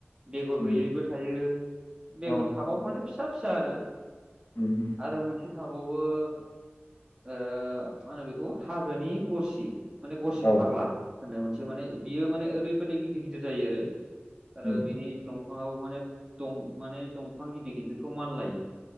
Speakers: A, on the right (about 20°); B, on the left (about 65°).
A: बेगर
B: उम,
A: गैयैबो थायो बेगर
B: औ उम,
A: थाबाबो माने फिसा फिसा आरो
B: उम,
A: आरो मोनसे थाबावो ओ मा होनो बेखौ हाजोनि गरसि माने गरसि
B: औ
A: फाग्ला होननाय मोनसे माने बियो माने ओरैबायदि गिदिर गिदिर जायो आरो
B: उम,
A: आरो बिनि दंफांआबो माने दं माने दंफां गिदिर गिदिरफ्राव मानलायो